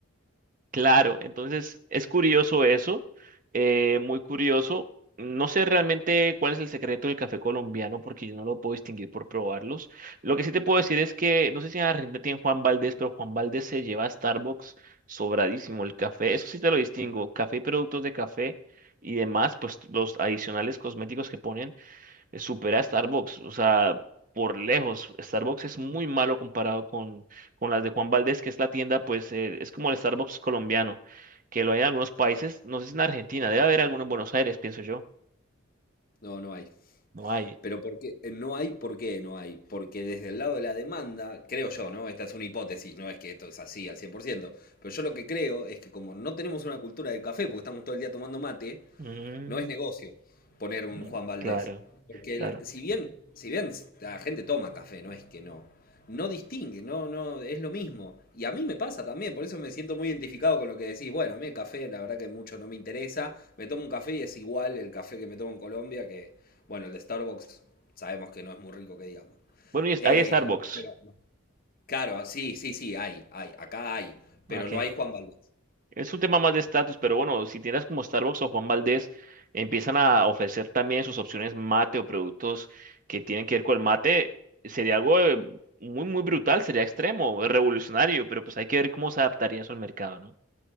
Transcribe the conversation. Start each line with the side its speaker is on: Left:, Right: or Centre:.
Right: Claro, entonces es curioso eso, eh, muy curioso. No sé realmente cuál es el secreto del café colombiano porque yo no lo puedo distinguir por probarlos. Lo que sí te puedo decir es que no sé si en Argentina tienen Juan Valdés, pero Juan Valdés se lleva a Starbucks sobradísimo el café. Eso sí te lo distingo. Café y productos de café y demás, pues los adicionales cosméticos que ponen supera a Starbucks, o sea, por lejos, Starbucks es muy malo comparado con, con las de Juan Valdez, que es la tienda, pues eh, es como el Starbucks colombiano, que lo hay en algunos países, no sé si en Argentina, debe haber alguno en Buenos Aires, pienso yo,
Left: No, no hay.
Right: no hay.
Left: Pero porque no hay, ¿por qué no hay? Porque desde el lado de la demanda, creo yo, ¿no? Esta es una hipótesis, no es que esto es así al 100%. pero yo lo que creo es que como no tenemos una cultura del café, porque estamos todo el día tomando mate,
Right: Mm,
Left: no es negocio poner un
Right: mm,
Left: Juan Valdés.
Right: claro,
Left: Porque el-
Right: claro.
Left: si bien, si bien la gente toma café, no es que no. No distingue, no, no, es lo mismo. Y a mí me pasa también, por eso me siento muy identificado con lo que decís. Bueno, a mí el café, la verdad que mucho no me interesa. Me tomo un café y es igual el café que me tomo en Colombia, que, bueno, el de Starbucks sabemos que no es muy rico que digamos.
Right: Bueno, y es-
Left: Eh,
Right: hay Starbucks,
Left: pero, claro, sí, sí, sí, hay, hay, acá hay, pero
Right: ok.
Left: no hay Juan Valdez.
Right: Es un tema más de estatus, pero bueno, si tienes como Starbucks o Juan Valdez, empiezan a ofrecer también sus opciones mate o productos que tienen que ver con el mate, sería algo eh, muy, muy brutal, sería extremo, revolucionario, pero pues hay que ver cómo se adaptaría eso al mercado, ¿no?